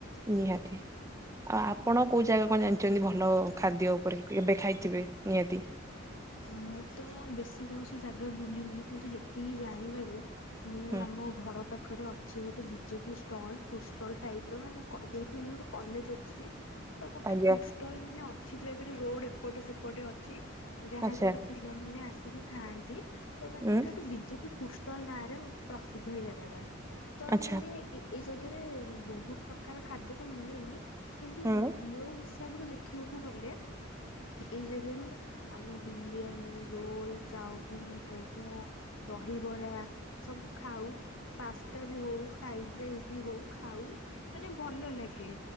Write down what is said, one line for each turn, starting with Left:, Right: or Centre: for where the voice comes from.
Right: ନିହାତି। ଆଉ ଆପଣ କୋଉ ଜାଗା କଣ ଜାଣିଛନ୍ତି ଭଲ ଖାଦ୍ୟ ଉପରେ କି ଏବେ ଖାଇଥିବେ ନିହାତି?
Left: ମୁଁ ତ ବେଶୀ କୌଣସି ଜାଗା ବୁଲିନି। କିନ୍ତୁ ଯେତିକି ଜାଣିବାରେ ମୁଁ
Right: ହୁଁ।
Left: ଆମ ଘର ପାଖରେ ଅଛି ଗୋଟେ ବିଜେପ ଷ୍ଟଲ୍ ଫୁଡ୍ ଷ୍ଟଲ୍ ଟାଇପ୍ ର ମାନେ କ- ଯେ ସେଇଠି ଗୋଟେ କଲେଜ୍ ଅଛି। ତ ଗୋଟେ
Right: ଆଜ୍ଞା
Left: ଫୁଡ୍ସ ଟଲ ମାନେ ଅଛି ପୁରା ଏପଟେ ରୋଡ୍ ଏପଟେ ସେପଟେ ଅଛି। ଯାହା
Right: ଆଚ୍ଛା
Left: ଦ୍ବାରା ପିଲାମାନେ ଆସିକି ଖାଆନ୍ତି। ତ ମାନେ
Right: ଉଁ
Left: ଏଇଠା ଗୋଟେ ବିଜେ ଫୁଡ୍ ଷ୍ଟଲ୍ ନାଁ ରେ ପ୍ରସିଦ୍ଧ ଏଇ ଜାଗା ଟା। ତ
Right: ଆଚ୍ଛା
Left: ମାନେ ଏ ଏଇ ଜାଗାରେ ବହୁତ ପ୍ରକାର ଖାଦ୍ୟ ତ ମିଳେନି କିନ୍ତୁ
Right: ହୁଁ
Left: ମୁୋ ହିସାବରୁଖ ଦେଖିବାକୁ ଗଲେ ଏଇ ଜାଗାରୁ ଆମେ ବିରିୟାନୀ ରୋଲ ଚାଉମିନ ମୋମୋ ଦହିବରା ସବୁ ଖାଉ ପାସ୍ତା ବି ହଉ ଫ୍ରାଇଡ ରାଇସ୍ ବି ହଉ ଖାଉ ମାନେ ଭଲ ଭଲ ଲାଗେ